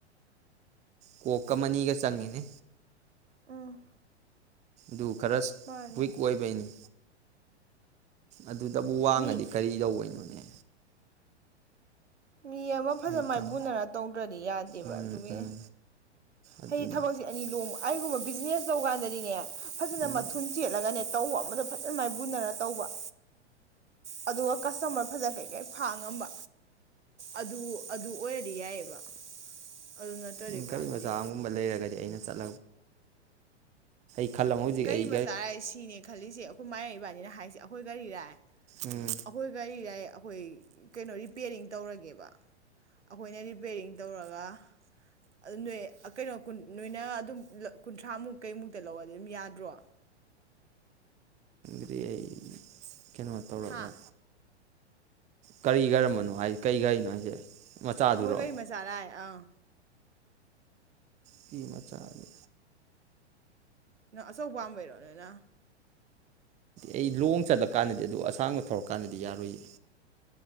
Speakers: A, on the right; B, on the right.
A: ꯀꯣꯛꯀ ꯑꯅꯤꯒ ꯆꯪꯉꯤꯅꯦ
B: ꯎꯝ
A: ꯗꯨ ꯈꯔ
B: ꯃꯥꯅꯤ
A: ꯋꯤꯛ ꯑꯣꯏꯕꯩꯅꯤ ꯑꯗꯨꯗꯕꯨ ꯋꯥꯡꯉꯗꯤ
B: ꯃꯤ
A: ꯀꯔꯤ ꯇꯅꯣꯅꯦ
B: ꯃꯤ ꯑꯃ ꯐꯖꯅ
A: ꯑꯩ
B: ꯃꯥꯏꯕꯨꯅꯔ
A: ꯇꯝ
B: ꯇꯧꯗ꯭ꯔꯗꯤ ꯌꯥꯗꯦꯕ
A: ꯎꯝ
B: ꯑꯗꯨꯒꯤꯅꯤ
A: ꯎꯝ ꯑꯗꯨꯅꯤ
B: ꯍꯥꯏꯗꯤ ꯊꯕꯛꯁꯦ ꯑꯅꯤ ꯂꯣꯝ ꯑꯩꯒꯨꯝꯕ ꯕꯤꯖꯤꯅꯦꯁ ꯇꯧ ꯀꯥꯟꯗꯗꯤꯅꯦ ꯐꯖꯅ
A: ꯎꯝ
B: ꯃꯊꯨꯟ ꯆꯦꯠꯂꯒꯅꯦ ꯇꯧꯕ ꯑꯃꯗ ꯐꯖꯅ ꯃꯥꯏꯕꯨꯟꯅꯔ ꯇꯧꯕ ꯑꯗꯨꯒ ꯀꯁꯇꯃꯔ ꯐꯖꯅ ꯀꯩꯀꯩ ꯐꯥ ꯉꯝꯕ ꯑꯗꯨ ꯑꯗꯨ ꯑꯣꯏꯔꯗꯤ ꯌꯥꯏꯑꯦꯕ ꯑꯗꯨ ꯅꯠꯇꯔ꯭ꯗꯤ
A: ꯎꯝ ꯒꯥꯔꯤ
B: ꯀꯥꯟꯗꯦ
A: ꯃꯆꯥ ꯑꯃꯒꯨꯝꯕ ꯂꯩꯔꯒꯗꯤ ꯑꯩꯅ ꯆꯠ ꯈꯜꯂꯝꯃ ꯍꯧꯖꯤꯛ
B: ꯒꯥꯔꯤ
A: ꯑꯩ
B: ꯃꯆꯥ ꯍꯥꯏ ꯁꯤꯅꯦ ꯈꯜꯂꯤꯁꯦ ꯑꯩꯈꯣꯏ ꯃꯥ ꯏꯕꯥꯅꯤꯅ ꯍꯥꯏꯁꯤ ꯑꯩꯈꯣꯏ ꯒꯥꯔꯤꯔ
A: ꯎꯝ
B: ꯑꯩꯈꯣꯏ ꯒꯥꯔꯤꯔꯌꯦ ꯑꯩꯈꯣꯏ ꯀꯩꯅꯣ ꯔꯤꯄꯦꯔꯤꯡ ꯇꯧꯔꯒꯦꯕ ꯑꯩꯈꯣꯏꯅ ꯔꯤꯄꯦꯔꯤꯡ ꯇꯧꯔꯒ ꯑꯗꯨ ꯅꯣꯏ ꯀꯩꯅꯣ ꯅꯣꯏꯅ ꯑꯗꯨꯝ ꯀꯨꯟꯊ꯭ꯔꯥꯃꯨꯛ ꯀꯩꯃꯨꯛꯇ ꯂꯧꯔꯗꯤ ꯑꯗꯨꯝ ꯌꯥꯗ꯭ꯔꯣ
A: <inaudible> ꯀꯩꯅꯣ ꯇꯧꯔꯒ
B: ꯍꯥ
A: ꯀꯔꯤ ꯀꯔꯝꯕꯅꯣ ꯍꯥꯏꯁꯦ ꯀꯔꯤ ꯒꯥꯔꯤꯅꯣ ꯍꯥꯏꯁꯦ ꯃꯆꯥꯗꯨꯔꯣ
B: ꯑꯩꯈꯣꯏ ꯒꯥꯔꯤ ꯃꯆꯥꯔꯥꯏ ꯑꯥꯡ
A: ꯀꯤ ꯃꯆꯥꯅꯤ
B: ꯅꯪ ꯑꯆꯧ ꯄꯥꯝꯕꯩꯔꯣ ꯅꯣꯏꯅ
A: ꯑꯩ ꯂꯨꯍꯣꯡ ꯆꯠꯂ ꯀꯥꯟꯗꯗꯤ ꯑꯗꯨ ꯑꯁꯥꯡꯕ ꯊꯧꯔꯀꯥꯟꯗꯗꯤ ꯌꯥꯔꯣꯏꯌꯦ